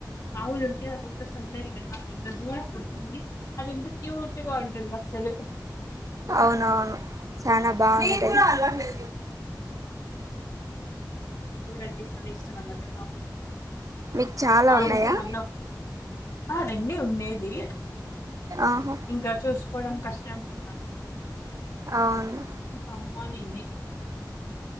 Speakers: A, on the left; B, on the right.
A: ఆవులుంటే అదొక్క సందడి కదా ఇంకా దూడ పుడుతుంది అది ఎంత క్యూట్గా ఉంటుంది అస్సలు
B: అవునవును చాలా బాగుంటది
A: దూడంటే చాలా ఇష్టం అనమాట మా అమ్మ కి
B: మీకు చాలా
A: మా
B: ఉన్నాయా
A: ఆవుకి మొన్న ఆ రెండే ఉండేది
B: ఆహా
A: ఇంకా చూసుకోవడం కష్టం కదా
B: అవును
A: ఇంక అమ్మా నేనె